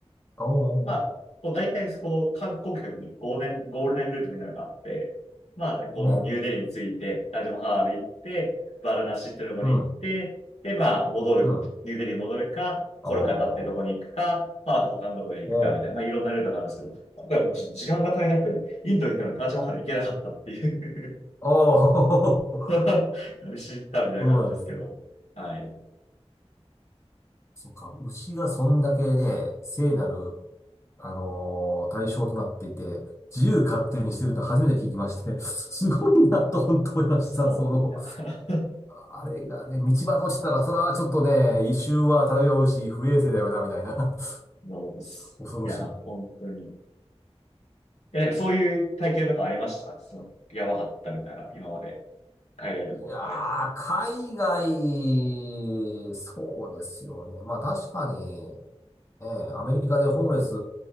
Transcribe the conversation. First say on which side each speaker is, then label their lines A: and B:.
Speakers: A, on the left; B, on the left.
A: おお
B: まあ、こう大体そこう観光客のゴールデン、ゴールデンルートみたいなのがあって、まあ、このニューデリーについて、
A: ー。ね。
B: タージマハル行って、バラナシってとこに行って、
A: うん。
B: で、まあ、戻る、
A: うん。
B: ニューデリーに戻るか、コルカタってとこに行くか、
A: おお。
B: まあ、他のとこに行くか、
A: お
B: みたいな、まあ、いろんなルートがあるんですけど、今回僕、時間が足りなくて、インド行ったのにタージマハル行けなかったっていう
A: お。おお。
B: <laughs> 何しに行ったみたいな感じですけど、
A: そうなんですね。
B: はい。
A: そっか。牛がそんだけで、聖なる、あのー対象となっていて、自由勝手にしてると初めて聞きまして、<laughs> すごいなと本当思いました。
B: そう、
A: その、
B: いや。<laughs>
A: あれがね、道端落ちたら、それはちょっとね、異臭は漂うし、不衛生だよな、みたいな。
B: もうです、
A: <laughs> 恐ろしい。
B: いや、本当に。え、なんかそういう体験とかありましたその、やばかったみたいな、今まで。海外旅行とかで。
A: いやー、海外、そうですよね。まあ確かに、ええ、アメリカでホームレス